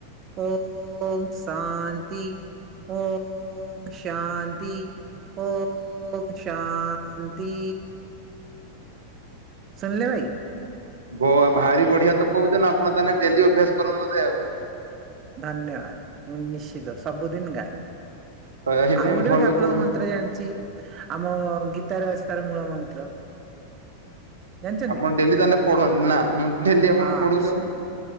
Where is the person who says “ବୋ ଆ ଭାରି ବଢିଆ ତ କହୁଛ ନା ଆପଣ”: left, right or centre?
Right